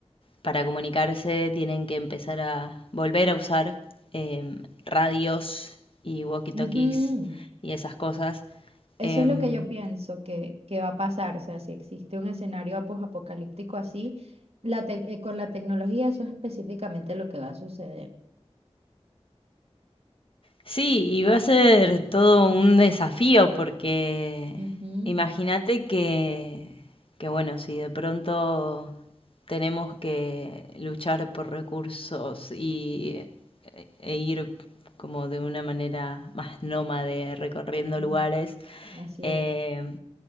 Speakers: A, on the left (about 55°); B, on the right (about 65°).
A: para comunicarse tienen que empezar a volver a usar eh, radios y walkie-talkies
B: ujú.
A: y esas cosas.
B: Eso
A: Em,
B: es lo que yo pienso que, que va a pasar. O sea, si existe un escenario apocalíptico así, la tec- eh, con la tecnología, eso es específicamente lo que va a suceder.
A: sí, y va a ser todo un desafío porque
B: Ujú,
A: imagínate que, que, bueno, si de pronto tenemos que luchar por recursos y eh, e ir como de una manera más nómade recorriendo
B: mm,
A: lugares,
B: Así
A: eh,
B: es.